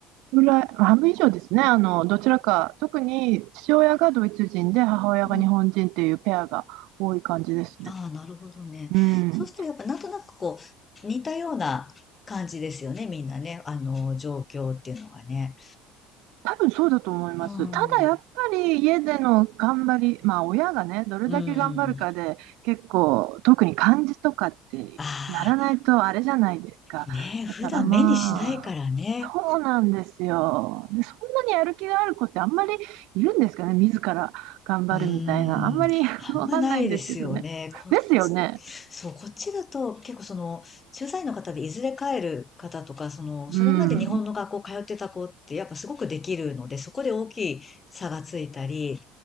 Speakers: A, on the right; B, on the left.
A: ぐらい、まあ半分以上ですね、あのどちらか、特に父親がドイツ人で母親が日本人っていうペアが多い感じですね。
B: うん。ああ、なるほどね。
A: うん、
B: そうするとやっぱなんとなくこう、似たような感じですよね、みんなね。あの、状況っていうのがね。
A: 多分そうだと思います。
B: うーん。
A: ただやっぱり家での頑張り、まあ親がね、どれだけ頑張るかで結構、
B: うーん。
A: 特に漢字とかってやらないとあれじゃないですか。
B: ああ、ねえ、普段目にしないからね。
A: だからまあ、そうなんですよ。で、そんなにやる気がある子ってあんまりいるんですかね、自ら頑張るみたいな。
B: うーん、
A: あんまり <laughs>
B: あんまないですよね。
A: わかんないんですけどね。
B: こっち、
A: ですよね。
B: そう、こっちだと結構その、駐在の方でいずれ帰る方とか、その、
A: うん。
B: それまで日本の学校通ってた子ってやっぱすごくできるので、そこで大きい差がついたり、